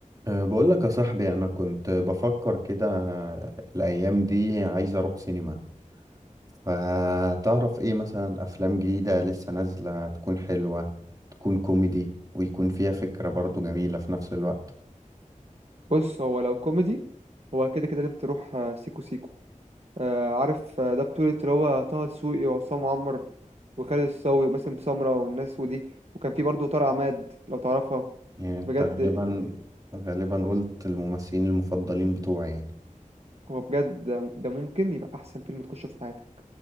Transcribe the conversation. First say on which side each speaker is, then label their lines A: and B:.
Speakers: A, on the right; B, on the right.
A: أه، بقول لك يا صاحبي انا كنت بفكر كده الايام دي عايز اروح سينما فتعرف ايه مثلا افلام جديدة لسه نازلة تكون حلوة تكون كوميدي ويكون فيها فكرة برضو جميلة في نفس الوقت
B: بص هو لو كوميدي هو كده كده لازم تروح آه، سيكو سيكو آه، عارف آه، ده بطولة اللي هو طه دسوقي وعصام عمر وخالد الصاوي وباسم سمرة والناس ودي وكان في برضه طارق عماد لو تعرفها
A: يعني انت
B: بجد
A: غالبا
B: آه،
A: غالبا قلت الممثلين المفضلين بتوعي يعني
B: هو بجد ده ده ممكن يبقى أحسن فيلم تخشه في حياتك